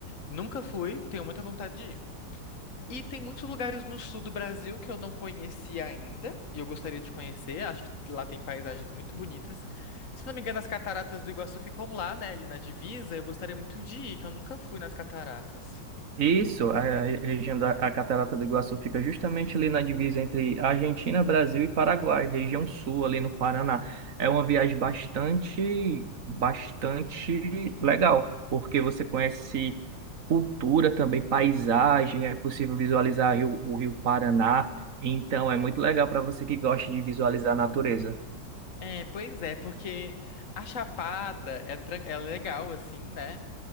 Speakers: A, on the left; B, on the right.
A: nunca fui, tenho muita vontade de ir. E tem muitos lugares no sul do Brasil que eu não conheci ainda, e eu gostaria de conhecer, acho que lá tem paisagens muito bonitas. Se não me engano, as cataratas do Iguaçu ficam lá, né, ali na divisa, eu gostaria muito de ir, que eu nunca fui nas cataratas.
B: Isso, a, a região da a Catarata do Iguaçu fica justamente ali na divisa entre Argentina, Brasil e Paraguai, região sul, ali no Paraná. É uma viagem bastante, bastante legal, porque você conhece cultura também, paisagem, é possível visualizar o, o Rio Paraná, então é muito legal para você que gosta de visualizar a natureza.
A: É, pois é, porque a Chapada é, tran- é legal, assim, né?